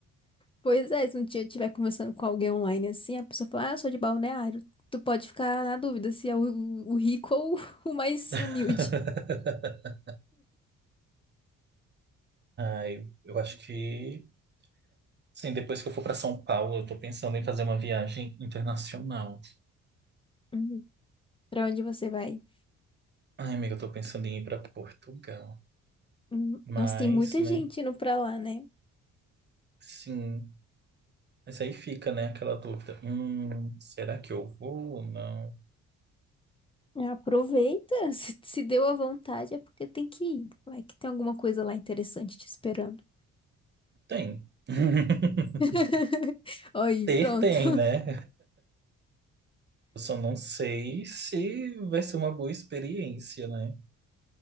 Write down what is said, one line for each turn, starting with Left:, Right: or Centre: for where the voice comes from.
Left: Pois é, se um dia eu estiver conversando com alguém online assim, a pessoa fala, ah, eu sou de Balneário. Tu pode ficar na dúvida se é o, o rico ou <laughs> o mais
Right: <laughs>
Left: humilde.
Right: Ah, eu, eu acho que, sim, depois que eu for para São Paulo, eu tô pensando em fazer uma viagem internacional.
Left: Uhum. Pra onde você vai?
Right: Ai, amiga, eu tô pensando em ir para Portugal.
Left: Hum,
Right: Mas,
Left: Nossa, tem muita
Right: né?
Left: gente indo pra lá, né?
Right: Sim. Mas aí fica, né, aquela dúvida. Hum, será que eu vou ou não?
Left: Aproveita, <laughs> se, se deu à vontade é porque tem que ir. Vai que tem alguma coisa lá interessante te esperando.
Right: Tem. <laughs>
Left: <laughs> Aí,
Right: Ter
Left: pronto.
Right: tem, né? Eu só não sei se vai ser uma boa experiência, né?